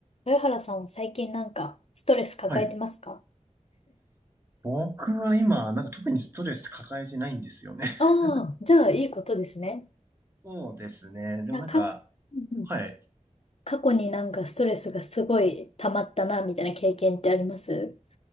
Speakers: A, on the left (about 55°); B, on the right (about 20°).
A: 豊原さんは最近なんかストレス抱えてますか
B: はい。僕は今、なんか特にストレス抱えてないんですよね。<laughs>
A: ああー、じゃあいいことですね。
B: そうですね。でもなんか、
A: なんか、うんうん
B: はい。
A: 過去になんかストレスがすごい溜まったな、みたいな経験ってあります